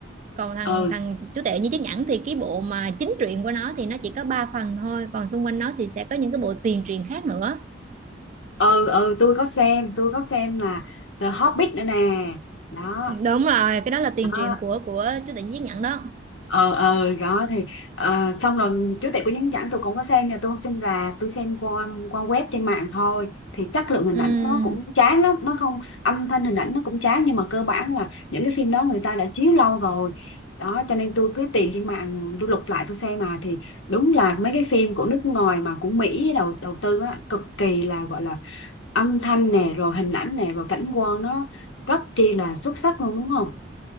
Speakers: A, on the right; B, on the left.
A: còn thằng
B: Ừ,
A: thằng chú tệ như chiếc nhẫn thì cái bộ mà chính truyện của nó thì nó chỉ có 3 phần thôi còn xung quanh nó thì sẽ có những cái bộ tiền truyện khác nữa
B: ừ, ừ, tôi có xem, tôi có xem là The Hobbit nữa nè. Đó,
A: Ừ, đúng rồi cái đó là tiền
B: đó.
A: truyện của của chú tệ như chiếc nhẫn đó
B: ờ ờ đó thì ờ, xong rồi chú tể của những ảnh tôi cũng có xem nha tôi không xem rạp tôi xem qua qua web trên mạng thôi thì chất lượng hình
A: ừ.
B: ảnh nó cũng chán lắm nó không âm thanh hình ảnh nó cũng chán nhưng mà cơ bản là những cái phim đó người ta đã chiếu lâu rồi đó cho nên tôi cứ tìm trên mạng tôi lục lại tôi xem mà thì đúng là mấy cái phim của nước ngoài mà của Mỹ đầu đầu tư á cực kỳ là gọi là âm thanh nè rồi hình ảnh nè rồi cảnh quan nó rất chi là xuất sắc luôn đúng không